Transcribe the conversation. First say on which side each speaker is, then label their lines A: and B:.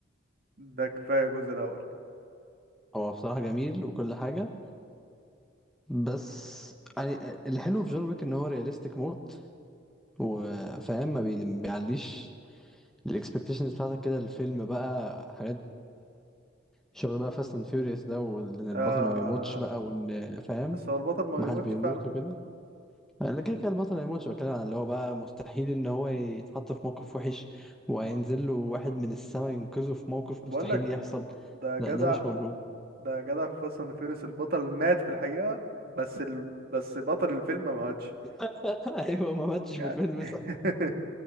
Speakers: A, on the right; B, in the centre.
A: ده كفايه الجزء الاول
B: هو بصراحه جميل وكل حاجه بس يعني آه، الحلو في جون ويك ان هو رياليستيك موت وفاهم ما بي- ما بيعليش الاكسبكتيشنز بتاعتك كده الفيلم بقى حاجات شغل بقى فاست اند فيوريوس ده وان البطل
A: آه
B: ما بيموتش بقى وان فاهم
A: بس هو البطل ما
B: ما
A: بيموتش
B: حدش بيموت
A: فعلا
B: وكده لا كده كده البطل ما يموتش بتكلم عن اللي هو بقى مستحيل ان هو يتحط في موقف وحش وهينزل له واحد من السما ينقذه في موقف
A: طب
B: مستحيل
A: اقول لك
B: يحصل
A: ده
B: لا
A: جدع
B: ده مش موجود
A: ده جدع في فاست اند فيوريوس البطل مات في الحقيقه بس ال... بس بطل الفيلم ما ماتش
B: <laughs> ايوه ما ماتش
A: يعني
B: في الفيلم
A: <laughs>
B: صح